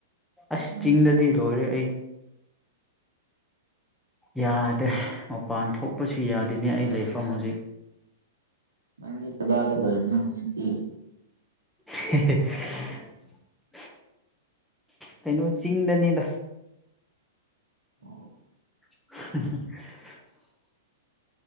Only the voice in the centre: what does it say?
ꯑꯁ
ꯆꯤꯡꯗꯗꯤ ꯂꯣꯏꯔꯦ ꯑꯩ ꯌꯥꯗꯦ ꯃꯄꯥꯟ ꯊꯣꯛꯄꯁꯨ ꯌꯥꯗꯦꯅꯦ ꯑꯩ ꯂꯩꯐꯝ ꯍꯧꯖꯤꯛ
<inaudible> ꯀꯩꯅꯣ ꯆꯤꯡꯗꯅꯦꯗ
<inaudible>